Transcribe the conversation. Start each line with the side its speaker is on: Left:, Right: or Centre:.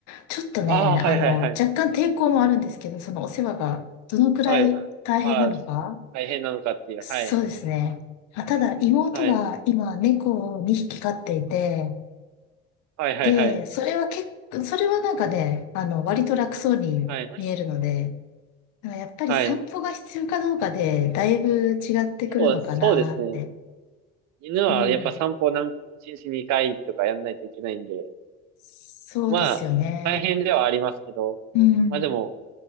Left: ちょっとね、
Right: ああ、はいはいはい。
Left: あの、若干抵抗もあるんですけど、そのお世話がどのくらい大変なのか
Right: はい。ああ、大変なのかっていう。
Left: そうですね。
Right: はい。
Left: あ、ただ、妹が今、
Right: はい。
Left: 猫を2匹飼っていて、
Right: はいはいはい。
Left: で、それは結構、それはなんかね、あの、割と楽そうに見えるので、
Right: はい。
Left: だからやっぱり散歩が必要かどうかで、
Right: はい。
Left: だいぶ違ってくるのかなって。
Right: そう、そうですね。犬はやっぱ散歩なん、
Left: うん。
Right: 一日2回とかやんないといけないんで、
Left: そうですよね。
Right: まあ、大変ではありますけど、
Left: うん。
Right: まあでも、